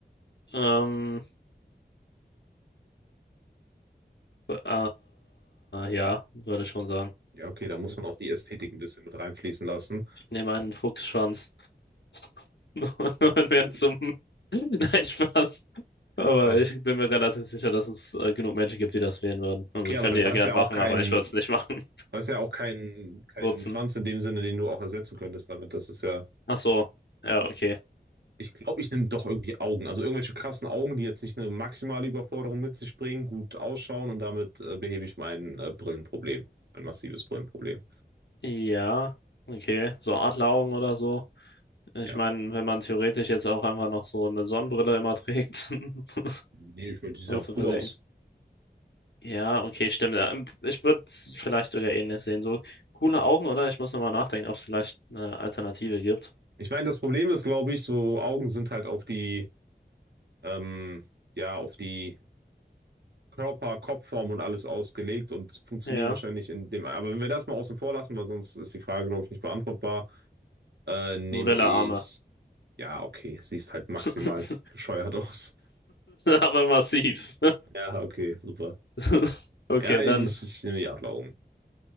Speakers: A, on the left; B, on the right.
A: Ähm, äh, ja, würde ich schon sagen.
B: Ja, okay, da muss man auch die Ästhetik ein bisschen mit reinfließen lassen.
A: Ich nehme einen Fuchsschwanz <laughs> und
B: Was,
A: werde zum. <laughs> Nein, Spaß. Aber
B: aber,
A: ich bin mir relativ sicher, dass es äh, genug Menschen gibt, die das wählen würden. Also,
B: okay, aber
A: könnt
B: du
A: ihr ja
B: hast
A: gern
B: ja
A: machen,
B: auch keinen,
A: aber ich würde es nicht machen.
B: du hast ja auch keinen, keinen
A: <laughs> Nutzen.
B: Schwanz in dem Sinne, den du auch ersetzen könntest damit. Das ist ja
A: Ach so. Ja, okay.
B: Ich glaube, ich nehme doch irgendwie Augen. Also irgendwelche krassen Augen, die jetzt nicht eine maximale Überforderung mit sich bringen, gut ausschauen und damit äh, behebe ich mein äh, Brillenproblem. Mein massives Brillenproblem.
A: Ja, okay. So Adleraugen oder so. Ich
B: Ja,
A: meine, wenn man theoretisch jetzt auch einfach noch so eine Sonnenbrille immer trägt <laughs>
B: nehme ich mir, die sehen
A: und
B: auch
A: so
B: cool
A: weiter.
B: aus.
A: Ja, okay, stimmt. Ja, ähm, Ich würde vielleicht sogar ähnlich sehen. So coole Augen, oder? Ich muss nochmal nachdenken, ob es vielleicht eine Alternative gibt.
B: Ich meine, das Problem ist, glaube ich, so Augen sind halt auf die, ähm, ja, auf die Körper, Kopfform und alles ausgelegt und funktionieren
A: Ja.
B: wahrscheinlich in dem. Aber wenn wir das mal außen vor lassen, weil sonst ist die Frage, glaube ich, nicht beantwortbar, äh, nehme
A: Gorilla-Arme.
B: ich. Ja, okay, siehst halt maximal
A: <laughs>
B: bescheuert <laughs> aus.
A: Aber massiv.
B: Ja, okay, super.
A: <laughs> Okay,
B: Ja, ich,
A: dann.
B: ich, ich nehme die Adleraugen.